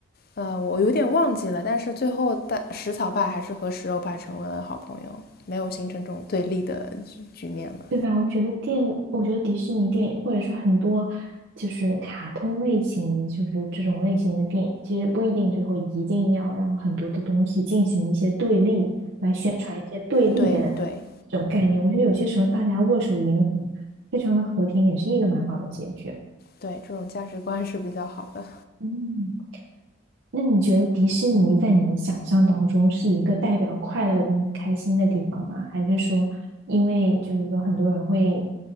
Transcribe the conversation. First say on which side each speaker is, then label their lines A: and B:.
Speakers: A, on the left (about 45°); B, on the right (about 60°).
A: 呃，我有点忘记了，但是最后的食草派还是和食肉派成为了好朋友，没有形成这种对立的局面嘛。
B: 对吧？我觉得电，我觉得迪士尼电影，或者说很多就是卡通类型，就是这种类型的电影，其实不一定最后一定要让很多的东西进行一些对立，来宣传一些对立的
A: 对对
B: 这种概念。我觉得有些时候大家握手言和，非常的和平，也是一个蛮好的结局。
A: 对，这种价值观是比较好的。
B: 嗯。那你觉得迪士尼在你的想象当中是一个代表快乐跟开心的地方吗？还是说，因为就是说很多人会